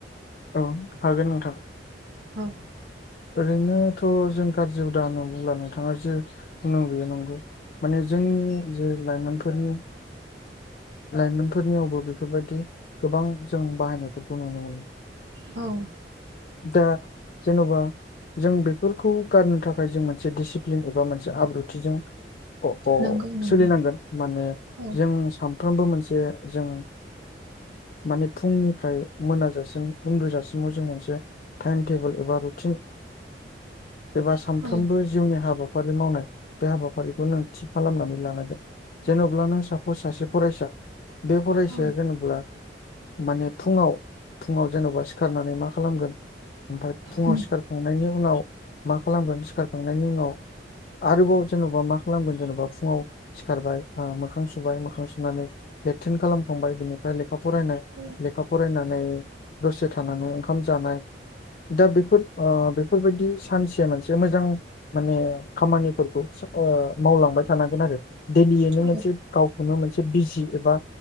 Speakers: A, on the left; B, on the right.
A: औ हागोन नोंथांङा
B: औ
A: ओरैनोथ' जों गाज्रि हुदा होनना बुंलां नोंथाङा जे नों गयो नंगौ माने जोंनि जे लाइमोनफोरनि लाइमोनफोरनियावबो बेफोरबायाददि गोबां जों बाहायनायफोरखौ नुनो मोनो
B: औ
A: दा जेन'बा जों बेफोरखौ गारनो थाखाय जों मोनसे डिसिप्लिन एबा मोनसे आब्रुथिजों अ अ
B: नंगौ नंगौ
A: सोलिनांगोन माने
B: औ
A: जों सानफ्रोमबो मोनसे जों माने फुंनिफ्राय मोनाजासिम उन्दुजासिमाव जों मोनसे टाइम टेबोल एबा रुटिन एबा सानफ्रोमबो
B: औ
A: जिउनि हाबाफारि मावनाय बे हाबाफारिखौ नों थि खालामनानै लानांगोन जेन'ब्ला नों सा सासे फरायसा बे फरायसाया
B: औ
A: जेनब्ला माने फुङाव फुङाव जेन'बा सिखारनानै मा खालामगोन ओमफ्राय फुङाव
B: उम
A: सिखार खांनायनि उनाव मा खालामगोन सिखारखांनायनि उनाव आरोबाव जेन'बा मा खालामगोन जेन'बा फुङाव सिखारबाय ओ मोखां सुबाय मोखां सुनानै लेट्रिन खालामखांबाय बिनिफ्राय लेखा फरायनाय
B: औ
A: लेखा फरायनानै दसे थानानै ओंखाम जानाय। दा बेफोर ओ बेफोरबायदि सानसेया मोनसे मोजां माने खामानिफोरखौ ओ मावलांबाय थानांगोन आरो <unintelligible>
B: औ
A: नों मोनसे माबा मोनसे बिजि एबा